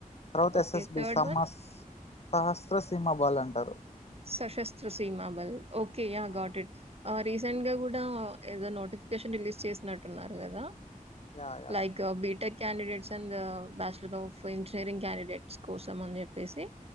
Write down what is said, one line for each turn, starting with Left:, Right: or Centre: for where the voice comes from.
Left: తర్వాత
Right: ఓకే.
Left: ఎస్ఎస్బి
Right: థర్డ్
Left: సమ్మర్స్
Right: వన్
Left: సహస్రసీమ బల్ అంటారు.
Right: సశస్త్ర సీమా బల్. ఓకే యా
Left: ఆ,
Right: గొట్ ఇట్. ఆ రీసెంట్ గా గుడా ఏదో నోటిఫికేషన్ రిలీజ్ చేసినట్టున్నారు గదా.
Left: Yeah yeah
Right: like BTech. Candidates and bachelor of engineering candidates కోసం అని చెప్పేసి.